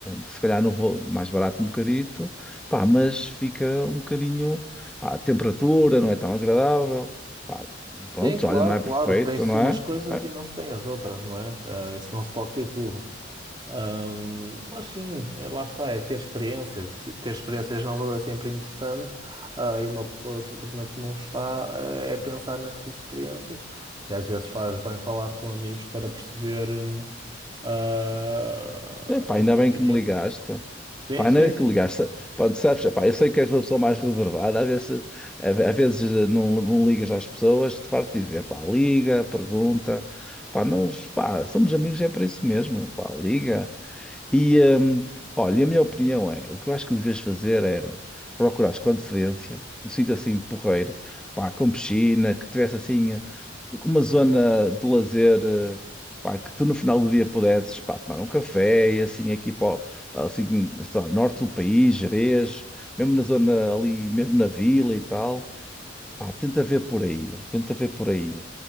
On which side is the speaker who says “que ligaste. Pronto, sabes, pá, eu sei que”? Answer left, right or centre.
Centre